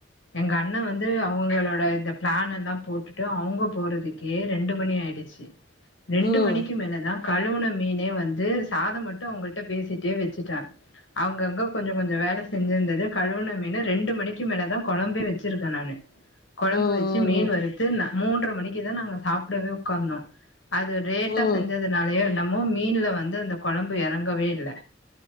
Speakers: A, on the left; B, on the left.
A: எங்க அண்ணே வந்து அவுங்களோட இந்த பிளான் எல்லா போட்டுட்டு அவுங்க போறதுக்கே ரெண்டு மணி ஆயிடுச்சு ரெண்டு
B: ம் ம்
A: மணிக்கு மேலதா கழுவுன மீனே வந்து சாதம் மட்டும் அவுங்கள்ட்ட பேசிட்டே வெச்சுட்டே அங்கங்க கொஞ்ச கொஞ்சோ வேல செஞ்சிருந்தது கழுவுன மீனு ரெண்டு மணி மணிக்கு மேலதா கொழம்பே வெச்சிருக்கே நானு கொழம்பு
B: ம்
A: வச்சு மீன்
B: ம்
A: வறுத்து நா மூன்ற மணிக்குதா நாங்க சாப்டவே உக்காந்தோ அது லேட்டா
B: ம்
A: செஞ்சதுனாலயோ என்ன மீன்ல வந்து அந்த கொழம்பு எறங்கவே இல்ல